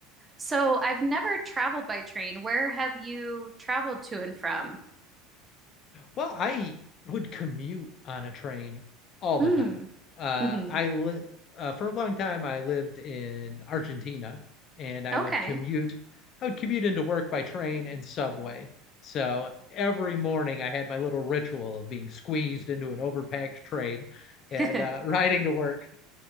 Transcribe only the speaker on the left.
Well, I would commute on a train all the
time. Uh,
I li uh, for a long time I lived in Argentina, and I
would commute. I would commute into work by train and subway. So every morning I had my little ritual of being squeezed into an overpacked train
and uh, riding to work